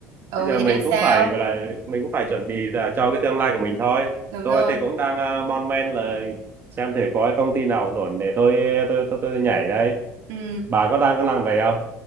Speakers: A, on the right; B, on the right.
A: Ừ
B: bây giờ
A: thì
B: mình
A: biết
B: cũng
A: sao?
B: phải gọi là mình cũng phải chuẩn bị là cho cái tương lai của mình thôi
A: Đúng
B: tôi
A: rồi.
B: thì cũng đang uh, mon men là xem thử có cái công ty nào ổn để tôi tôi tôi, tôi nhảy đây
A: Ừ.
B: bà có đang có năng về không